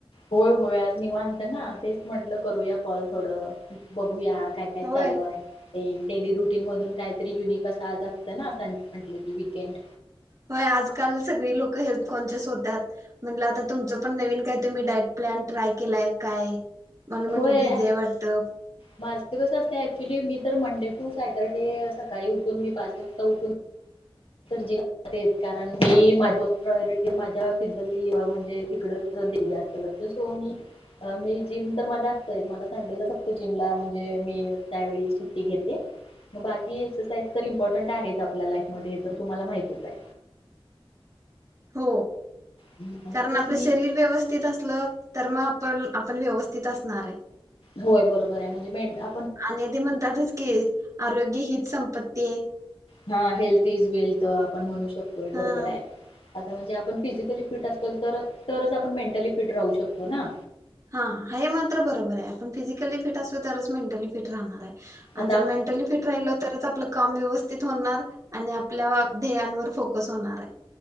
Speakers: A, on the left; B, on the right.
A: होय, होय आज निवांत ना तेच म्हटलं, करूया कॉल थोडं बघूयात काय काय
B: होय.
A: चालू आहे? ते डेली रुटीन मधून काहीतरी युनिक अस आज असत ना संडे म्हटलं की विकेंड
B: होय, आजकाल सगळी लोक हेल्थ कॉन्शिस होत्यात म्हणलं, आता तुमचं पण नवीन काय तुम्ही डाईट प्लॅन ट्राय केलाय काय? म्हणून म्हणलं
A: होय
B: बिझी हाय वाटतं.
A: माझं कस असत ऍक्च्युली मी तर मंडे टू सॅटरडे सकाळी उठून मी पाच वाजता उठून जिम मध्ये कारण मी प्रयोरिटी माझ्या फिजली म्हणजे हिकडं-तिकड जात असते, सो मी मी जिम तर माझ असतय मला संडेला. जिमला म्हणजे मी त्यावले सुट्टी घेते, मग बाकी एक्सरसाइज तर इमपॉर्टंट आहे आपल्या लाईफ मध्ये तर तुम्हाला माहितच आहे.
B: हो.
A: हम्म, मग
B: कारण
A: तेच
B: आपलं
A: मी
B: शरीर व्यवस्थित असलं. तर मग आपण आपण व्यवस्थित असणार आहे.
A: होय बरोबर आहे म्हणजे मेघा
B: आणि ते म्हणतातच की आरोग्य हीच. संपत्ती आहे
A: हा हेल्थ इज वेल्थ आपण म्हणू शकतो बरोबर
B: हा.
A: आहे आता म्हणजे आप फिजिकली फिट असलो तरच आपण मेंटली फिट राहू शकतो ना.
B: हा हे मात्र बरोबर आहे आपण फिजिकली फिट असू तरच मेंटली फिट राहणार आहे. आणि
A: आता
B: जर मेंटली फिट राहिल तरच आपल काम व्यवस्थित होणार आणि आपल्या ध्येयांवर फोकस होणार आहे.